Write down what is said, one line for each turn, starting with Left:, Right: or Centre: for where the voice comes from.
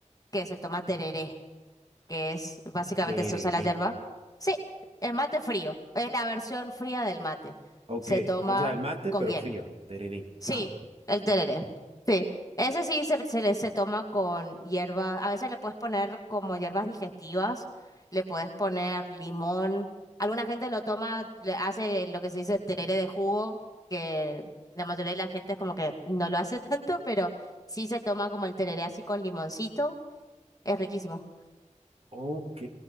Left: que se toma tereré que es básicamente
Right: Tereré.
Left: se usa la yerba. Sí, el mate frío, es la versión fría del mate.
Right: O
Left: Se
Right: que,
Left: toma
Right: o sea, el mate
Left: con
Right: pero
Left: hielo.
Right: frío. Tereré.
Left: Sí,
Right: Ah,
Left: el tereré. Sí, ese sí se, se, le- se toma con hierba. A veces le puedes poner como hierbas digestivas, le puedes poner limón. Alguna gente lo toma, le hace lo que se dice tereré de jugo, que la mayoría de la gente es como que no lo hace <laughs> tanto, pero sí se toma como el tereré así con limoncito. Es riquísimo.
Right: Ok,